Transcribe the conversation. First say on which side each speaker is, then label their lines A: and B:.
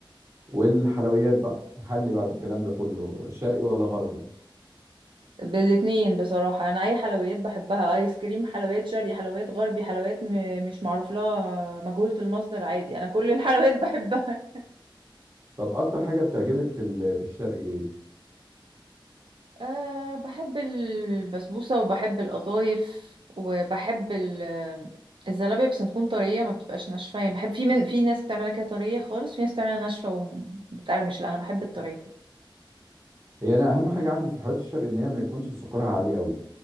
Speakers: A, on the right (about 35°); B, on the right (about 70°).
A: والحلويات بقى محلي بعد الكلام ده كله شرقي ولا غربي
B: بالاتنين بصراحه انا اي حلويات بحبها ايس كريم حلويات شرقي حلويات غربي حلويات م... مش معروف لها مجهوله المصدر عادي انا كل الحلويات <laughs> بحبها
A: طب اكتر حاجه بتعجبك في ال- في الشرقي ايه
B: أه بحب البسبوسة وبحب القطايف وبحب ال- الزلابية بس تكون طرية ما بتبقاش ناشفة يعني بحب في من في ناس بتعملها كده طرية خالص في ناس بتعملها ناشفة وبتقرمش لا أنا بحب الطرية
A: هي انا اهم حاجه عندي في الحلويات الشرقي ان هي ما يكونش سكرها عالي قوي